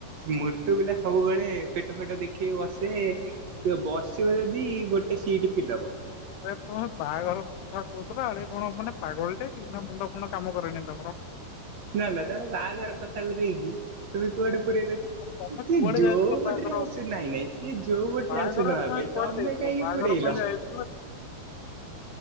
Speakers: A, on the right; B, on the left.
A: ମୋଟୁ ପିଲା ସବୁବେଳେ ପେଟ ଫେଟ ଦେଖେଇ ବସେ। ସେ ବସିବ ଯଦି ଗୋଟେ ସିଟ ଫିଲପ।
B: ଆରେ ତୁମେ ବାହାଘର କଥା କହୁଥିଲ ଆଡେ କଣ ମାନେ ପାଗଳ ଟାକି ନା ମୁଣ୍ଡ ଫୁଣ୍ଡ କାମ କରେନି ତମର।
A: ନା ନା ତମେ ବାହାଘର କଥାକୁ ନେଇକି ତୁମେ କୁଆଡେ ପୁରେଇଲ।
B: ତମେ
A: ସିଏ
B: କୁଆଡେ
A: ଯୋଉ
B: ଯାଇଥିଲ
A: ବାଟରେ
B: ବାହାଘର
A: ଆସୁ ନାଇଁ ନାଇଁ ସିଏ ଯୋଉ ଭଟରେ
B: ବାହାଘର
A: ଆସୁ ନବା ପାଇଁ।
B: କୁଆଡେ
A: ତମେ
B: ଯାଇଥିଲ
A: କାହିଁକି
B: ବାହାଘର
A: ପୁରାଇଲ।
B: ପାଇଁ ଯାଇଥିଲ